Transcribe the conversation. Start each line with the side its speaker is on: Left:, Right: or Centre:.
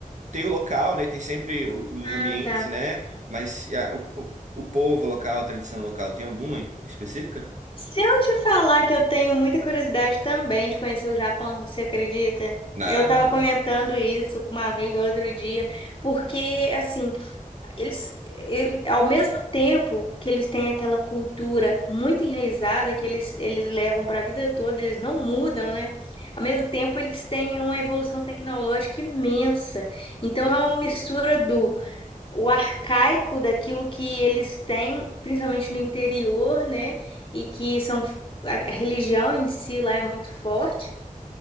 Right: tem o local, né? Tem sempre o- os
Left: Ah,
Right: ambientes,
Left: tá.
Right: né? Mas e a- o, o, o povo local, a tradição local, tem alguma específica?
Left: Se eu te falar que eu tenho muita curiosidade também de conhecer o Japão, você acredita?
Right: Na...
Left: Eu estava comentando isso com uma amiga outro dia, porque assim, eles, ele, ao mesmo tempo que eles têm aquela cultura muito enraizada que eles, eles levam para a vida toda, eles não mudam, né? Ao mesmo tempo, eles têm uma evolução tecnológica imensa. Então, é uma mistura do o arcaico daquilo que eles têm, principalmente no interior, né? E que são a a religião em si lá é muito forte